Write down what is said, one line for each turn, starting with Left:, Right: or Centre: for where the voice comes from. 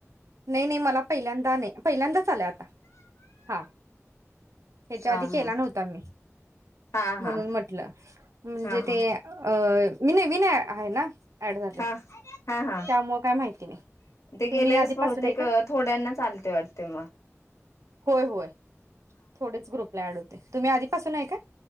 Right: नाही नाही मला पहिल्यांदा नाही पहिल्यांदाच आलाय आता हा ह्याच्या
Left: हा
Right: आधी केला
Left: हा
Right: नव्हता मी
Left: हा
Right: म्हणून
Left: हा
Right: म्हटलं म्हणजे
Left: हा हा
Right: ते अ मी नाही, मी नाही अ आहे ना? ऍड झाले
Left: हा हा हा
Right: त्यामुळे काय माहिती नाही
Left: ते
Right: तुम्ही
Left: गेलेच
Right: आधीपासून
Left: बहु ते
Right: आहे
Left: एक
Right: का
Left: थोड्यांना चालतय वाटत म.
Right: होय होय थोडेच ग्रुप ला ऍड होते. तुम्ही आधीपासून आहे का?